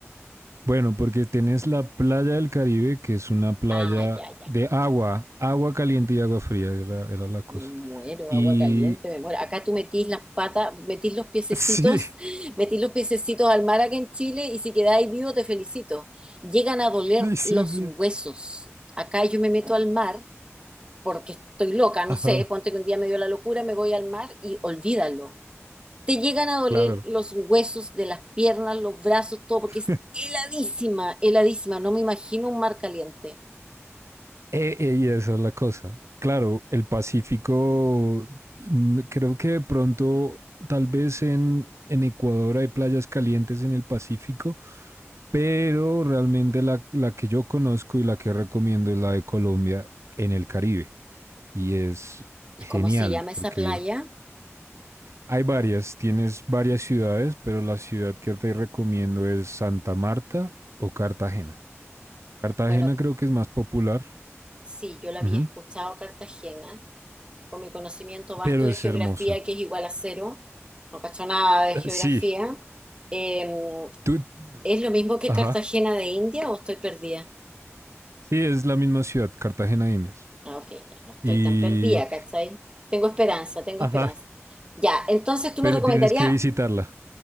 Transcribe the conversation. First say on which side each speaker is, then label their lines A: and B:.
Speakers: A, on the right; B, on the right.
A: Bueno, porque tienes la playa del Caribe, que es una playa
B: Ah, ya, ya.
A: de agua, agua caliente y agua fría, era, era la cosa.
B: Me muero,
A: Y
B: agua caliente,
A: <laughs>
B: me muero. Acá tú metís las patas, metís los piececitos,
A: Sí,
B: <laughs> metís los piececitos al mar acá en Chile y si quedáis vivo te felicito. Llegan a doler
A: sí, sí.
B: los
A: sí.
B: huesos. Acá yo me meto al mar porque estoy loca, no
A: Ajá.
B: sé, ponte que un día me dio la locura, me voy al mar y olvídalo. Te llegan a doler
A: claro,
B: los huesos de las piernas, los brazos, todo, porque
A: <laughs>
B: es heladísima, heladísima. No me imagino un mar caliente.
A: Eh, eh, y esa es la cosa. Claro, el Pacífico, mm, creo que de pronto, tal vez en, en Ecuador hay playas calientes en el Pacífico, pero realmente la, la que yo conozco y la que recomiendo es la de Colombia en el Caribe. Y es
B: ¿Y
A: genial
B: cómo se llama esa
A: porque
B: playa?
A: hay varias, tienes varias ciudades, pero la ciudad que te recomiendo es Santa Marta o Cartagena. Cartagena
B: Bueno,
A: creo que es más popular,
B: sí, yo la había
A: ujú,
B: escuchado Cartagena, con mi conocimiento vasto
A: pero
B: de
A: es
B: geografía,
A: hermosa.
B: que es igual a cero, no cacho nada de
A: Eh,
B: geografía.
A: Sí,
B: Eh,
A: tú,
B: ¿es lo mismo que
A: ajá.
B: Cartagena de India o estoy perdida?
A: Sí, es la misma ciudad, Cartagena de Indias.
B: Ah, ok, ya, no estoy
A: Y,
B: tan perdida, ¿cachai? Tengo esperanza, tengo
A: Ajá.
B: esperanza. Ya, entonces tú
A: pero
B: me recomendarías
A: tienes que visitarla,